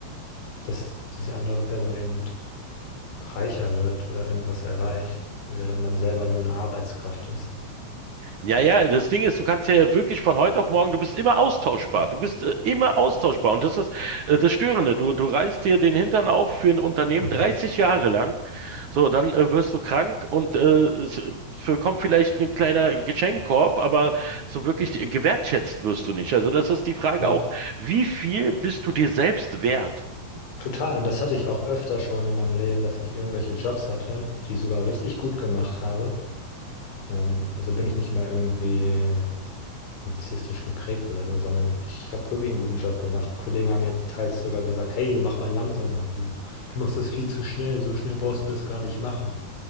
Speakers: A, on the left (about 85°); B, on the right (about 55°).
A: dass diese andere Person eben reicher wird oder irgendwas erreicht, während man selber nur eine Arbeitskraft ist.
B: Ja, ja, das Ding ist, du kannst ja wirklich von heute auf morgen, du bist immer austauschbar. Du bist äh, immer austauschbar. Und das ist äh, das Störende. Du, du reißt dir den Hintern auf für ein Unternehmen
A: Mhm.
B: 30 Jahre lang. So, dann äh, wirst du krank und äh, es für, kommt vielleicht ein kleiner Geschenkkorb, aber so wirklich gewertschätzt wirst du nicht. Also das ist die Frage
A: Ja,
B: auch, wie viel bist du dir selbst wert?
A: total. Und das hatte ich auch öfter schon in meinem Leben, dass ich irgendwelche Jobs hatte, die ich sogar richtig gut gemacht habe. Ähm, also bin ich nicht mal irgendwie narzisstisch geprägt oder so, sondern ich habe wirklich einen guten Job gemacht. Kollegen haben jetzt teils sogar gesagt, hey, mach mal langsamer, du, du machst das viel zu schnell, so schnell brauchst du das gar nicht machen.